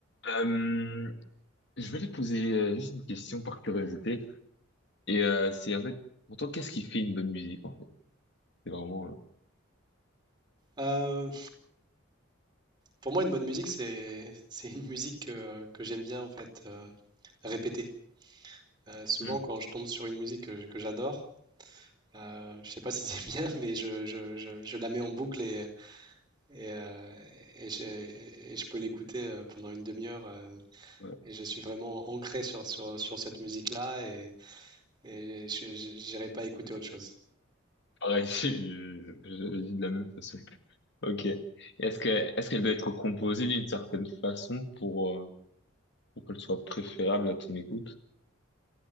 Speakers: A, on the left (about 55°); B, on the right (about 20°).
A: Euh, je voulais te poser euh, juste une question par curiosité. Et euh, c'est en fait, pour toi, qu'est-ce qui fait une bonne musique en fait? C'est vraiment...
B: Euh, pour moi, une bonne musique, c'est <laughs> c'est une musique que, que j'aime bien en fait euh, répéter. Euh, souvent,
A: euh,
B: quand je tombe sur une musique que, je- que j'adore, euh, je sais pas si c'est <laughs> bien, mais je, je- je- je la mets en boucle et, et, euh, et je, et je peux l'écouter euh, pendant une demi-heure. euh,
A: hmm, ouais.
B: et je suis vraiment ancré sur, sur, sur cette musique-là et, et je n'irai pas écouter autre chose.
A: Pareil, <laughs> je, je- je- je dis de la même façon. Ok. Et Est-ce que, est-ce qu'elle doit être composée d'une certaine façon pour, euh, pour qu'elle soit préférable à ton écoute?